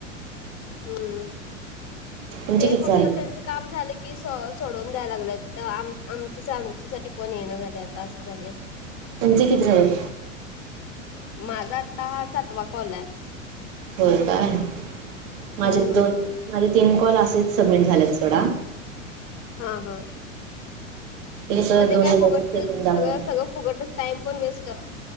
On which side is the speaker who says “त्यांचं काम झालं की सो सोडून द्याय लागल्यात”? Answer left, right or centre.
Left